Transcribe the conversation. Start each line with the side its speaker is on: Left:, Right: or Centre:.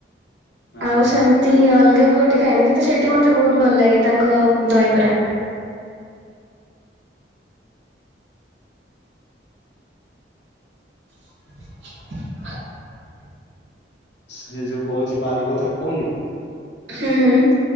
Left: ହଁ
Right: ଆଉ ସେମତି ଅଲଗା କୋଉଠି ଖାଏନି। କିନ୍ତୁ ସେଠି ମତେ ବହୁତ ଭଲ ଲାଗେ ତାଙ୍କ ଦହିବରା। <inaudible>
Left: ସେ ଯୋଉ କହୁଛି ପାର୍ କଥା କହୁନି
Right: ହୁଁ ହୁଁ।